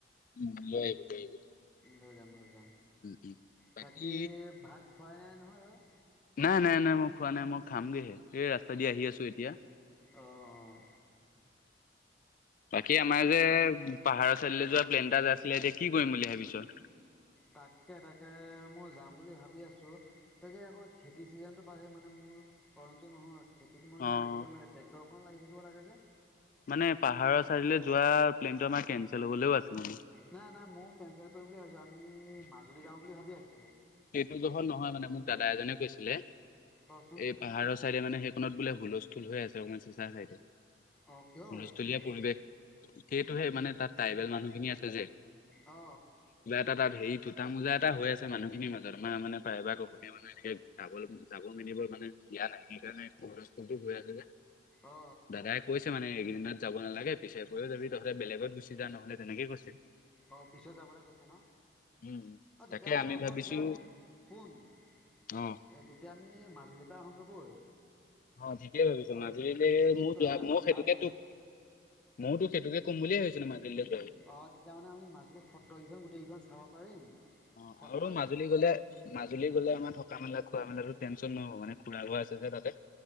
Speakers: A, on the left; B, in the centre.
A: লৈ আহিবি লৈ আহিবি।
B: লৈ যাম লৈ যাম
A: উম। বাকী
B: তাকে ভাত খোৱাই নাই নহয় তই
A: নাই নাই নাই মই খোৱা নাই মই খামগেহে এই ৰাস্তা দি আহি আছো এতিয়া।
B: আহ।
A: বাকী আমাৰ যে পাহাৰত চাৰ যোৱা প্লেন এটা যে আছিলে এতিয়া কি কৰিম বুলি ভাবিছ
B: তাকে তাকে মই যাম বুলি ভাবি আছো তাকে আকৌ খেতি চিজনতটো পাৰে মানে মোৰ মোৰটো নহয় খেতিত মই ইমান
A: অ
B: লাগিব নালাগে ট্ৰেক্টৰখন লাগি থাকিব লাগে যে
A: মানে পাহাৰৰ চাইডলৈ যোৱা প্লেনতটো আমাৰ কেনচেল হবলৈও আছে মানে
B: নাই নাই ময় কেনচেল কৰিম বুলি ভাবিছো আমি মাজুলী যাওঁ বুলি ভাবি আছিলো
A: গ্ৰহত নহয় মানে মোক দাদা এজনে কৈছিলে
B: কচোন
A: এই পাহাৰৰ চাইডে মানে সেইখনত বোলে হুলস্থুল হৈ আছে অকমান চিচা চাইদে
B: অ কিহৰ
A: হুলস্থলীয়া
B: হুলস্থুল হৈ আছে
A: পৰিৱেশ সেইটোহে মানে তাত ট্ৰাইবেল মানুহখিনিয়ি আছে যে
B: অ
A: এ তাত হেৰি ঠোটা মোজা এটা হৈ আছে মানুহখিনিৰ মাজত আমাৰ মানে প্ৰায় এবাক অসমীয়া মানুহ এনেক যাব যাব বাৰ মানে দিয়া নাই। সেইকাৰণে খৰটো হৈ আছে যে।
B: অ
A: দাদাই কৈছে মানে এইকেইদিনত যাব নালাগে, পিছে কৈও যাবি। তহতে বেলেগত গুচি যা নহ'লে তেনেকে কৈছে।
B: অ পিছেত যাবলৈ কৈছে ন?
A: উম,
B: অ তেতিয়াহ'লে
A: তাকে আমি
B: হ'ব
A: ভাবিছো
B: তেতিয়া আমি, শুন এ
A: অ'
B: তেতিয়া আমি মাজুলীৰ পৰা আহো গৈ বল।
A: অ ঠিকয়ে ভাবিছো। মাজুলীলৈ মোৰ
B: তই
A: মোক সেইটোকে
B: আমি
A: তোক ময় তো সেইটোকে কম বুলিয় ভাবছিল মাজুলীলে
B: অ তেতিয়া মানে আমি মাজুলি সত্ৰকেইখন গোটেইকেইখন চাব পাৰিম,
A: অ
B: সত্ৰ
A: আৰু
B: আজি
A: মাজুলী গলে, মাজুলী গলে আমাৰ থ থকা মেলা, খোৱা মেলাতো টেন নহব মানে। খুৰাগো আছে যে তাতে।